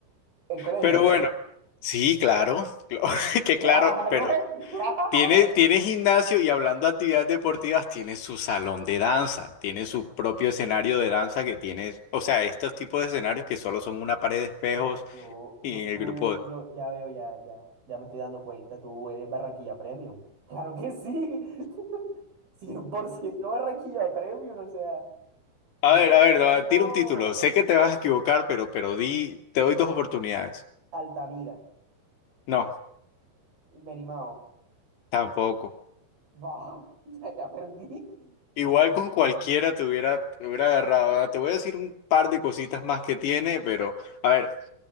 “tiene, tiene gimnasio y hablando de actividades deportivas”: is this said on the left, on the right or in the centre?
Left